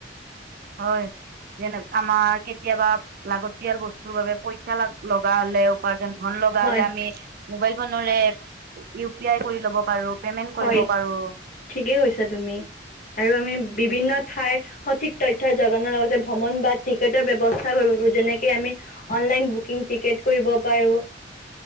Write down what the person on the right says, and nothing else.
হয় যেনে আমাৰ কেতিয়াবা লাগতিয়াল বস্তুৰ বাবে পইচা লগা হলে উপাৰ্জন ধন লগা
হলে আমি। মোবাইল ফোনৰে ইউ পি আই কৰি ল'ব পাৰো। পেমেন্ট কৰিব
পাৰো